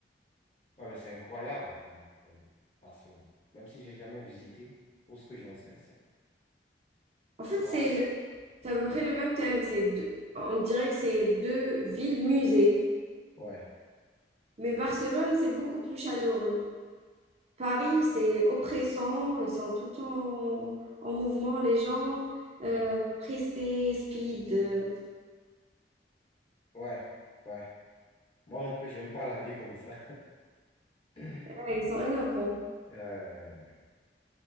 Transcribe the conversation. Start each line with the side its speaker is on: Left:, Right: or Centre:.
Left: Ouais, mais c'est incroyable. euh, euh, Barcelone. Même si j'ai jamais visité, pour ce que j'en sais, c'est
Right: En fait,
Left: c'est waouh.
Right: c'est le- c'est à peu près le même thème. C'est deux- On dirait que c'est deux villes musées.
Left: Ouais.
Right: Mais Barcelone, c'est beaucoup plus chaleureux. Paris, c'est oppressant. Ils sont tout le temps en mouvement, les gens. euh,
Left: Hmm.
Right: pressés, speed. euh,
Left: Ouais. Ouais. Moi non plus, j'aime pas la vie comme ça. <laughs>
Right: ouais, ils sont énervants.
Left: Ouais, ouais, ouais.